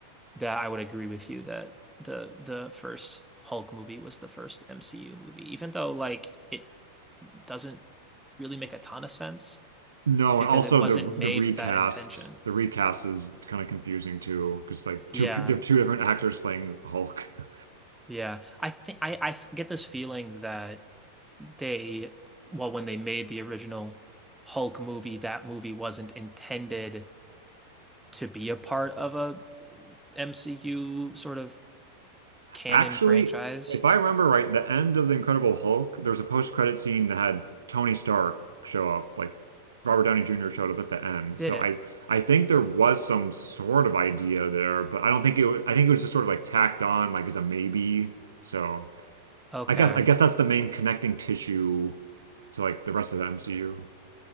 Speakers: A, in the centre; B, on the right.
A: that I would agree with you that the the first Hulk movie was the first MCU movie, even though like it doesn't really make a ton of sense
B: No,
A: because
B: and also
A: it wasn't
B: the
A: made
B: the recast,
A: with that intention.
B: the recast is kind of confusing too, because it's like
A: Yeah.
B: two pe- there are two different actors playing Hulk. <laughs>
A: Yeah. I think I I get this feeling that they well when they made the original Hulk movie, that movie wasn't intended to be a part of a MCU sort of canon
B: Actually,
A: franchise,
B: if I remember right, the end of The Incredible Hulk, there was a post-credit scene that had Tony Stark show up, like Robert Downey Jr. showed up at the end.
A: did
B: So
A: it?
B: I I think there was some sort of idea there, but I don't think it was, I think it was just sort of like tacked on, like as a maybe. So
A: Okay.
B: I guess I guess that's the main connecting tissue to like the rest of the MCU.